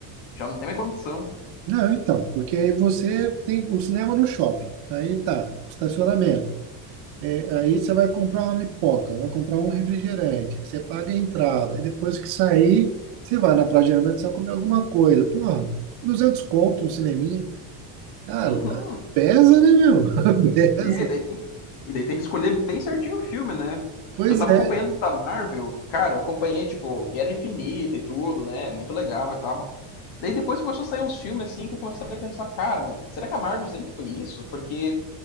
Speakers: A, on the left; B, on the right.
A: já não tem mais condição.
B: Não, então, porque aí você tem o cinema no shopping, aí tá, estacionamento. É, aí você vai comprar uma pipoca, vai comprar um refrigerante, aí você paga a entrada, aí depois que sair, você vai na Praia de Alimentação só comer alguma coisa. Pô, 200 conto, um cineminha. Cara,
A: Uhum.
B: tá- pesa, né, meu? <laughs> Pesa.
A: É, daí tem, e daí tem que escolher bem certinho o filme, né?
B: Pois
A: Eu tava
B: é,
A: acompanhando da Marvel, cara, eu acompanhei, tipo, Guerra Infinita e tudo, né? Muito legal e tal. Daí depois começou a sair uns filmes assim que eu comecei a pensar, cara, será que a Marvel sempre foi isso? Porque